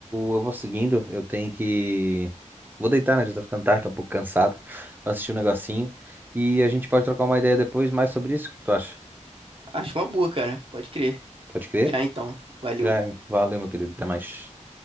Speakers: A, on the right (about 15°); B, on the right (about 45°).
A: eu vou seguindo. Eu tenho que. Vou deitar, né? Já tá ficando tarde, tô um pouco cansado. Vou assistir um negocinho. E a gente pode trocar uma ideia depois mais sobre isso. O que que tu acha?
B: Acho uma boa, cara, pode crer.
A: Pode crer?
B: Já então, valeu,
A: Já, valeu, meu querido. Até mais.